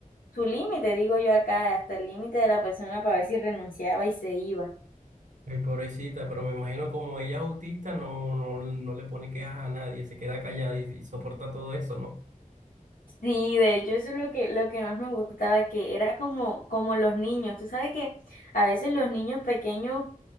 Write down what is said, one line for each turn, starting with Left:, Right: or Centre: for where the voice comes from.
Left: su límite, digo yo acá, hasta el límite de la persona para ver si renunciaba y se iba.
Right: Ay, pobrecita, pero me imagino como ella es autista, no, no, no le pone quejas a nadie, se queda callada y y soporta todo eso, ¿no?
Left: Sí, de hecho eso es lo que, lo que más me gustaba, que era como, como los niños, tú sabes que a veces los niños pequeños